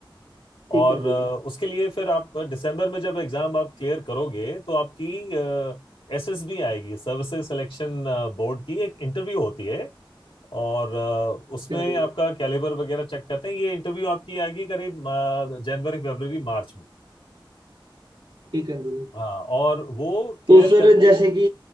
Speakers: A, on the right (about 75°); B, on the left (about 80°).
A: ठीक
B: और
A: अंकल
B: अ,
A: जी ठीक
B: उसके लिए फिर आप दिसंबर में जब एग्जाम आप क्लियर करोगे तो आपकी एसएसबी आएगी सर्विसेज सिलेक्शन बोर्ड की एक इंटरव्यू होती है और अ, उसमें
A: अंकल जी
B: आपका कैलिबर वगैरह चेक करते हैं ये इंटरव्यू आपकी आएगी करीब अ, जनवरी फरवरी मार्च में
A: ठीक है अंकल
B: हाँ और वो क्लियर
A: तो सर
B: कर
A: जैसे कि